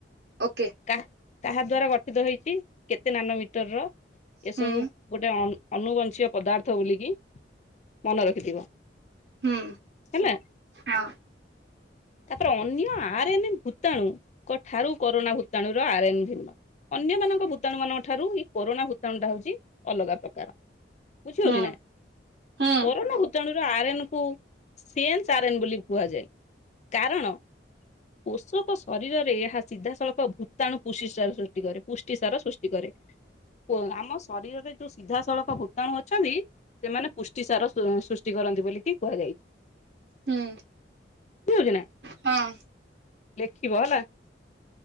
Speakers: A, on the right (about 65°); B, on the left (about 40°).
A: ଓକେ।
B: କାହା କାହା ଦ୍ଵାରା ଗଠିତ ହେଇଚି, କେତେ ନାନ ମିଟରର, ଏସବୁ
A: ହୁଁ
B: ଗୋଟେ ଅଁ ଅନନୁବଂଶୀୟ ପଦାର୍ଥ ବୁଲିକି, ମନେ ରଖିଥିବ।
A: ହୁଁ
B: ହେଲା?
A: ହଁ
B: ତାପରେ ଅନ୍ୟ ଆର୍ଏନ୍ ଭୂତାଣୁଙ୍କ ଠାରୁ କରୋନା ଭୂତାଣୁର ର ଆର୍ନ୍ ଭିନ୍ନ। ଅନ୍ୟମାନଙ୍କ ଭୂତାଣୁ ମାନଙ୍କ ଠାରୁ ଏଇ କୋରୋନା ଭୂତାଣୁ ଟା ହଉଚି ଅଲଗା ପ୍ରକାର। ବୁଝି ହଉଚି
A: ହୁଁ
B: ନା?
A: ହୁଁ
B: କରୋନା ଭୁତାଣୁର ଆର୍ଏନ କୁ ସେନ୍ସ ଆର୍ଏନ୍ ବୋଲି କୁହାଯାଏ। କାରଣ ପୋଷକ ଶରୀରରେ ଏହା ସିଧାସଳଖ ଭୂତାଣୁ ପୁଷ୍ଟିସାର ସୃଷ୍ଟି କରେ। ପୁଷ୍ଟି ସାର ସୃଷ୍ଟି ସୃଷ୍ଟି କରେ। ଆମ ଶରୀରରେ ଯୋଉ ସିଧାସଳଖ ଭୂତାଣୁ ଅଛନ୍ତି ସେମାନେ ପୁଷ୍ଟି ସାର ସୁ ସୃଷ୍ଟି କରନ୍ତି ବୋଲିିକି କୁହାଯାଇ
A: ହୁଁ
B: ଯିବକି ନା
A: ହଁ।
B: ଲେଖିବ ହେଲା।